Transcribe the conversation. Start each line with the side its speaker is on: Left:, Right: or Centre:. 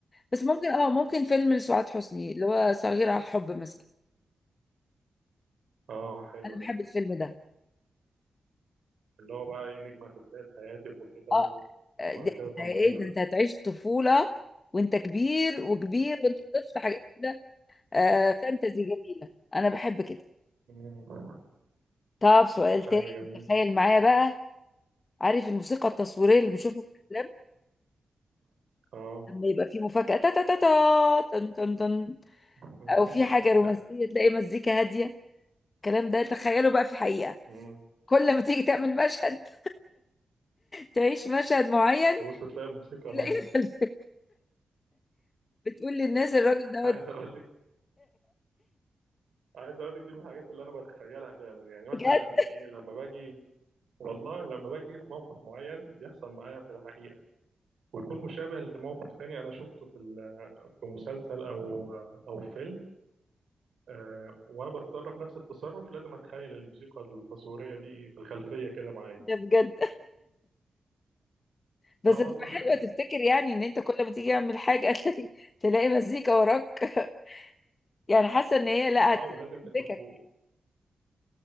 Left: بس ممكن اه ممكن فيلم لسعاد حسني اللي هو صغير على الحب مثلا
Right: اه حلو
Left: انا بحب
Right: ده
Left: الفيلم ده
Right: اللي هو بقى ايه نجمة في بداية حياتك وكده
Left: اه
Right: وبعد
Left: ده
Right: كده
Left: ده
Right: تنطلق
Left: ايه ده انت هتعيش طفولة وانت كبير وكبير وانت طفل حاجات كده آه فانتزي جميلة انا بحب كده
Right: مم.
Left: طب سؤال
Right: حاجة
Left: تاني
Right: جميلة
Left: تخيل معايا بقى عارف الموسيقى التصويرية اللي بنشوفها في الافلام
Right: اه
Left: لما يبقى في مفاجأة تا تا تا تا تن تن تن
Right: <laughs>
Left: او في حاجة رومانسية تلاقي مزيكا هادية الكلام ده تخيله بقى في الحقيقة
Right: مم.
Left: كل ما تيجي تعمل مشهد تعيش مشهد معين
Right: تبص
Left: <laughs>
Right: تلاقي الموسيقى
Left: تلاقي
Right: معاك
Left: الخلفية بتقول للناس الراجل دوت
Right: عايز
Left: <laughs>
Right: اقول لك عايز اقول لك دي من الحاجات اللي انا بتخيلها فعلا يعني مثلا
Left: بجد
Right: ايه لما باجي والله لما باجي في موقف معين بيحصل معايا في الحقيقه ويكون مشابه لموقف تاني انا شفته في ال- في مسلسل او او فيلم آه وانا بتصرف نفس التصرف لازم اتخيل الموسيقى التصويريه دي في الخلفيه كده معايا
Left: ده بجد بس
Right: <laughs> اه
Left: تبقى
Right: والله
Left: حلوة تفتكر يعني ان انت كل ما تيجي تعمل حاجة <laughs> تلاقي تلاقي مزيكا وراك <laughs> يعني حاسة ان هي لا
Right: اه
Left: هتفكك
Right: ولازم و-